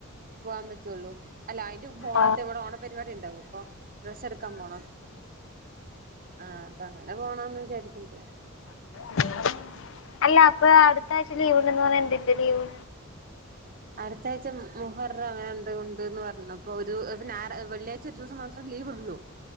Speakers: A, on the right (about 40°); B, on the left (about 65°).
A: പോകാൻ പറ്റുള്ളൂ അല്ല അതിന്റെ മുമ്പ് ഓണത്ത്
B: ആ
A: ഇവിടെ ഓണപരിപാടി ഇണ്ടാവും അപ്പൊ ഡ്രസ്സ് എടുക്കാൻ പോണം ആഹ് അപ്പൊ അങ്ങനെ പോണന്ന് വിചാരിക്കുന്നു
B: <unintelligible> അല്ല അപ്പൊ അടുത്താഴ്ച ലീവ് ഇണ്ടന്ന് പറഞ്ഞ എന്തിന്റെ ലീവ്
A: അടുത്താഴ്ച മുഹറ അങ്ങനെ എന്തോ ഉണ്ട്ന്ന് പറഞ്ഞു അപ്പൊ ഒരു ഞാറാ വെള്ളിയാഴ്ച ഒരു ദൂസം മാത്രം ലീവ്ള്ളു